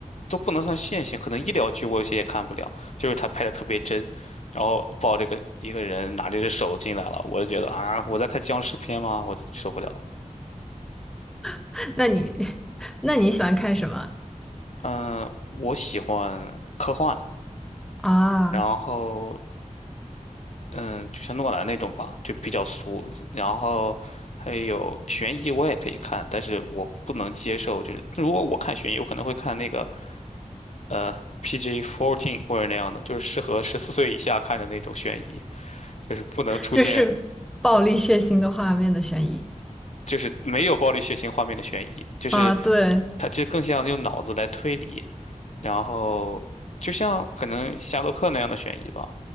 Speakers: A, on the left (about 55°); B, in the centre.
A: 都不能算现行，可能医疗剧我有些也看不了，就是他拍的特别真，然后抱这个一个人拿着只手进来了，我就觉得啊，我在看僵尸片吗？我受不了。
B: <laughs> 那你 <laughs> 那你喜欢看什么
A: 嗯、我喜欢科幻，
B: 啊？
A: 然后嗯，就像诺兰那种吧，就比较俗。然后还有悬疑，我也可以看，但是我不能接受，就是如果我看悬疑，我可能会看那个呃 PG fourteen 或者那样的，就是适合十四岁以下看的那种悬疑，就是不能出现
B: 就是暴力血腥的画面的悬疑
A: 就是没有暴力血腥画面的悬疑，就是
B: 啊，对
A: 它这更像用脑子来推理，然后就像可能夏洛克那样的悬疑吧。